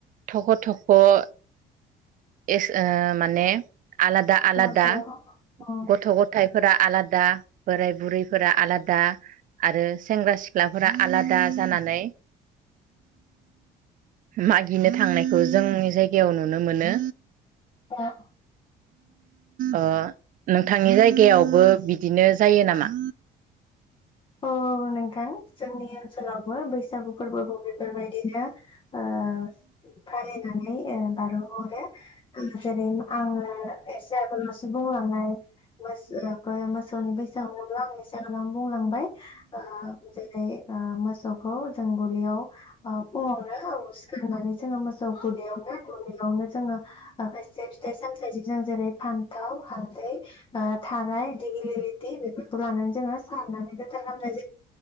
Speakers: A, on the right; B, on the left.
A: थख' थख' एस ओ माने आलादा आलादा
B: ज' ज' अ
A: गथ' गथाय फोरा आलादा बोराय बुरैफोरा आलादा आरो सेंग्रा सिख्लाफोरा आलादा जानानै मागिनो थांनायखौ जोंनि जायगायाव नुनो मोनो।
B: <unintelligible>
A: ओ नोंथांनि जायगायावबो बिदिनो जायो नामा
B: औ नोंथां जोंनि सोलाव बो बैसागु फोरबोखौ बेफोरबाय दिनो ओ फालिनानै नै ओ बारहो हरो जेरै आङो एसे <unintelligible> बुंलांनाय मोसो ओ मोसौनि बैसागुखौथ आं एसे गोबां बुंलांबाय आ जेरै ओ मोसौखौ जों गलियाव आ फुङावनो सिखारनानै जोङो मोसौ <unintelligible> यावनो जोङो आखा से फिथाइ सामथाय जे जों जेरै फान्थाव हालदै थाराय दिगलि लिथि बेफोरखौ लानानै जोङो सारनानै गोथार बानाय <unintelligible>